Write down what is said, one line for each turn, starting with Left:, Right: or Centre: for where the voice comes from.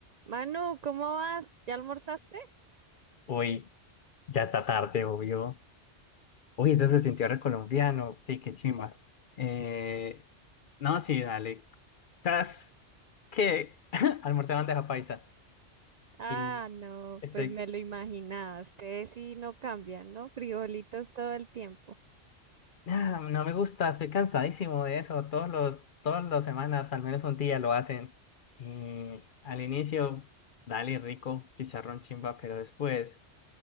Right: Manu, ¿cómo vas? ¿Ya almorzaste?
Left: Uy, ya está tarde, obvio. Uy, eso se sintió recolombiano. Sí, qué chimba. Eh, no, sí, dale. ¿Sabes qué? <laughs> Almorcé bandeja paisa.
Right: Ah,
Left: Y
Right: no,
Left: estoy.
Right: pues me lo imaginaba. Ustedes sí no cambian, ¿no? Frijolitos todo el tiempo.
Left: ah, no me gusta, estoy cansadísimo de eso. Todos los, todas las semanas, al menos un día lo hacen. Y al inicio, dale rico, chicharrón chimba, pero después,